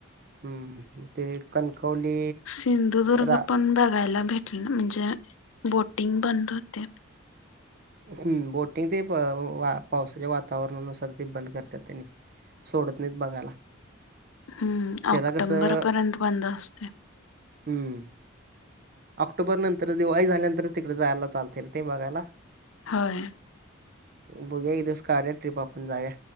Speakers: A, on the right; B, on the left.
A: हम्म हम्म ते कणकवली
B: सिंधुदुर्ग
A: रा
B: पण बघायला भेटलं म्हणजे बोटिंग बंद होती.
A: हम्म बोटिंग ते पावसाच्या वातावरणानुसार ते बंद करतात आणि सोडत नाहीत बघायला.
B: हम्म
A: त्याला
B: ऑक्टोंबर
A: कसं
B: पर्यंत बंद असते.
A: हम्म ऑक्टोबर नंतरच दिवाळी झाल्यानंतरच तिकडे जायला चालतंय रे ते बघायला.
B: होय
A: बघूया एक दिवस काढूया ट्रीप आपण जाऊया.